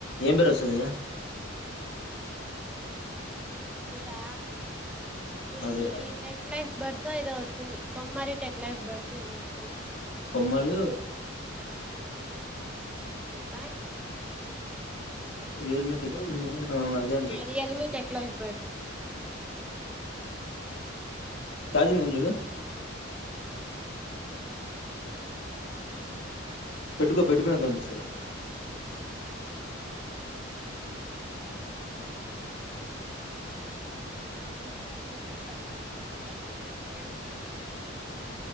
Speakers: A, on the left; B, in the centre.
A: ఏం బరు సద
B: ఇదా
A: అదే
B: ఇది టెక్ లైఫ్ బర్స్ ఏదో వస్తుంది కొమ్మరి టెక్ లైఫ్ బర్స్ ఏదో వస్తుంది
A: కొమళ
B: ఎ
A: రల్ మ ఆ అదే
B: రియల్మీ టెక్ లైఫ్ బర్డ్స్
A: తాజీ సజు పెట్టుకో పెట్టుకున్నాం కనిపిస్తా
B: ఈతడు వస్తాలతవ అ నిసారన్న చెప్తలే అదేతే మ రేప్ బుక్ చేపిస్తా